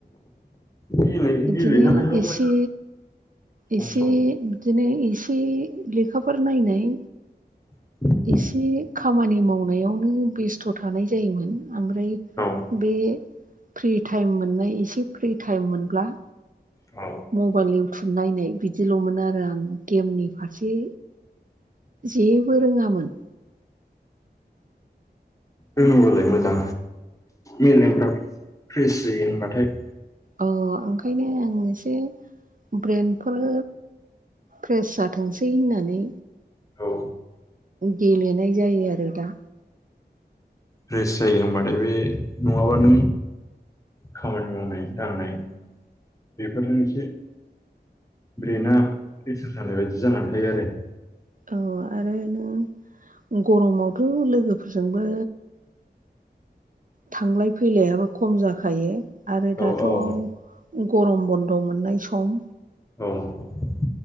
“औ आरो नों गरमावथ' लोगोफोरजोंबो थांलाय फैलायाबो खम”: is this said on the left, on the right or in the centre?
Right